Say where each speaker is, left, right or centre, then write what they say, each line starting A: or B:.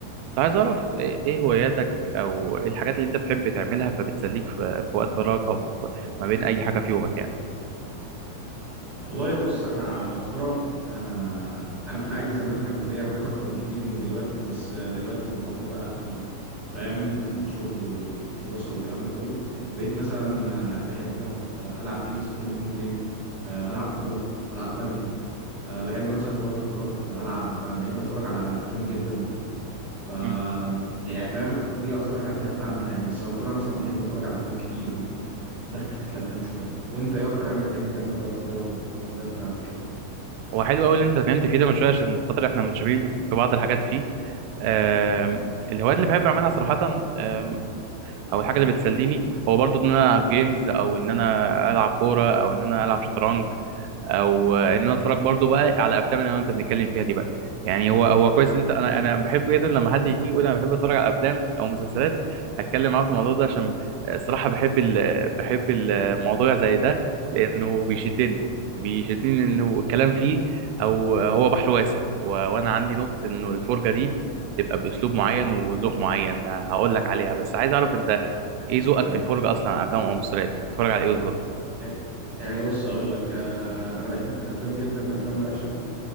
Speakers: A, on the right; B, on the right.
A: كنت عايز أعرف إيه إيه هواياتك أو إيه الحاجات اللي أنت بتحب تعملها فبتسليك في, في وقت فراغك أو في ما بين أي حاجة في يومك يعني
B: والله بص انا مؤخرا آه انا في العادي زمان كان ليا هوايات اكتر بكتير من دلوقتي بس آه، دلوقتي بحكم بقى ال- فاهم الشغل والدراسه والكلام ده كله بقيت مثلا آه بحب آه العب جيمز كل فين وفين آه العب كوره العب بادل آه بحب مثلا في وقت الفراغ العب آه بحب اتفرج على افلام جدا ف
A: مم.
B: يعني فاهم دي اكتر حاجات بحب اعملها يعني بس اكترها مثلا بحب اتفرج على افلام كتير وداخل في حته الافلام شويه وانت ايه اكتر حاجه بتحب تعملها في وقت فراغك او الهوايات بتاعتك كده
A: هو حلو أوي اللي أنت اتكلمت فيه ده من شوية عشان خاطر إحنا متشابهين في بعض الحاجات فيه آم، الهوايات اللي بحب أعملها صراحة آم، أو الحاجة اللي بتسليني هو برضو إن أنا ألعب جيمز أو إن أنا ألعب كورة أو إن أنا ألعب شطرنج او ان انا اتفرج برضو بقى على افلام اللي انا وانت بنتكلم فيها دي بقى يعني هو هو كويس انت انا انا بحب جدا لما حد يجي يقول انا بحب اتفرج على افلام او مسلسلات اتكلم معاه في الموضوع ده عشان الصراحه بحب ال... بحب الموضوع زي ده لانه بيشدني بيشدني لانه الكلام فيه او هو بحر واسع و... وانا عندي نقطه انه الفرجه دي بتبقى باسلوب معين وذوق معين هقول لك عليها بس عايز اعرف انت ايه ذوقك
B: حلو.
A: في الفرجه اصلا على افلام او مسلسلات بتتفرج على ايه بالظبط
B: إيه، يعني بص اقول لك آه، انا بحب في الافلام جدا الافلام الاكشن